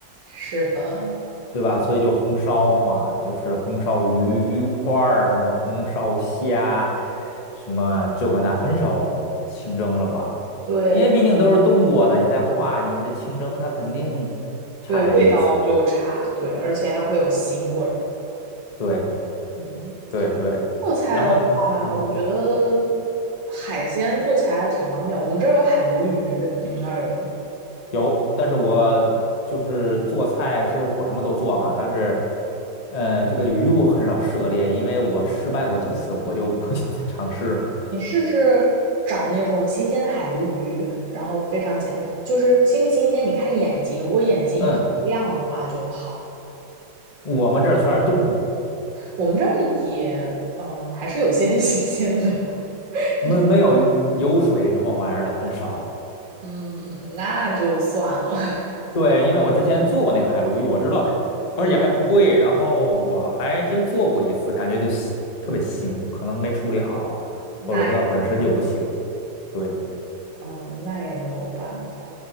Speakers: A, on the right; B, on the left.
A: 是的，
B: 对吧？所以就红烧嘛，就是红烧鱼块儿，什么红烧虾，什么这个那，很少清蒸了吧？
A: 对
B: 因为毕竟都是冻过的，你再化，你这清蒸它肯定差点意思。
A: 对，味道就差，对，而且还会有腥味儿。
B: 对
A: 嗯，
B: 对对，
A: 做菜的话，
B: 然后嗯。
A: 我觉得海鲜做起来还挺方便。我们这儿有海鲈鱼，你们那儿有吗？
B: 有，但是我就是做菜，其实我什么都做哈，但是，呃，这个鱼我很少涉猎，因为我失败过几次，我就不想再尝试。
A: 你试试找那种新鲜的海鲈鱼，然后非常简，就是新不新鲜，你看眼睛，如果眼睛很亮的话就好。
B: 嗯，我们这儿全是冻的，
A: 我们这儿也，嗯，还是有些 <laughs> 新鲜的，
B: 没没有油水什么玩意儿的，
A: 毕竟，
B: 很少。
A: 嗯，那就算了，<laughs>
B: 对，因为我之前做过那个海鲈鱼，我知道的，而且还不贵，
A: 嗯，
B: 然后我还真做过一次，感觉就腥特别腥，可能没处理好，
A: 那也没有，
B: 或者说它本身就不行。对，
A: 嗯，那也没有办法，